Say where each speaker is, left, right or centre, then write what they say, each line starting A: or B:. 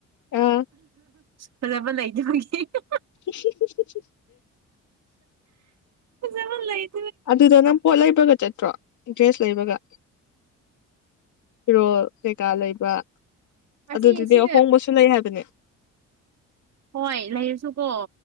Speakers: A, on the left; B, on the right.
A: ꯑꯥ
B: ꯐꯕ ꯂꯩ ꯆꯧꯕꯒ
A: ꯁꯤꯁꯤꯁꯤꯁꯤ
B: ꯖꯃꯣꯟ ꯂꯩꯥꯏ
A: ꯑꯗꯨꯗ ꯅ ꯄꯣꯂ ꯏꯕ ꯆꯠꯇ꯭ꯔꯣ ꯏꯟꯇ꯭ꯔꯦꯁ ꯂꯩꯕꯒ ꯐꯤꯔꯣꯜ ꯀꯩꯀꯥ ꯂꯩꯕ
B: ꯑꯁꯤ
A: ꯑꯗꯨ ꯑꯗꯨꯗꯤ
B: ꯁꯤ
A: ꯑꯍꯣꯡꯕꯁꯨ ꯂꯩ ꯍꯥꯏꯕꯅꯦ
B: ꯍꯣꯏ ꯂꯩꯔꯁꯨꯀꯣ